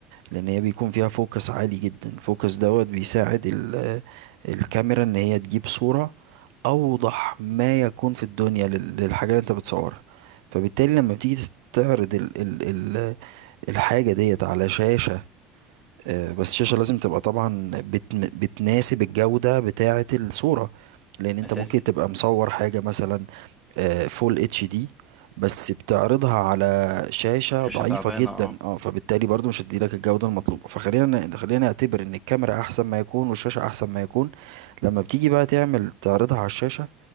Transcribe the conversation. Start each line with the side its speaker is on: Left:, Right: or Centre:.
Right: لأن هي بيكون فيها فوكس عالي جدا فوكس دوت بيساعد ال- آه، الكاميرا إن هي تجيب صورة أوضح ما يكون في الدنيا لل- للحاجة اللي أنت بتصورها فبالتالي لما بتيجي تستعرض ال ال ال الحاجة ديت على شاشة آه، بس الشاشة لازم تبقى طبعا بت... بتناسب الجودة بتاعة الصورة لأن أنت
Centre: اساسي
Right: ممكن تبقى مصور حاجة مثلا آه، فول اتش دي بس بتعرضها على شاشة
Centre: شاشة
Right: ضعيفة
Centre: تعبانة
Right: جدا
Centre: اه
Right: اه فبالتالي برضو مش هتدي لك الجودة المطلوبة فخلينا ن- خلينا نعتبر ان الكاميرا احسن ما يكون والشاشة احسن ما يكون لما بتيجي بقى تعمل تعرضها على الشاشة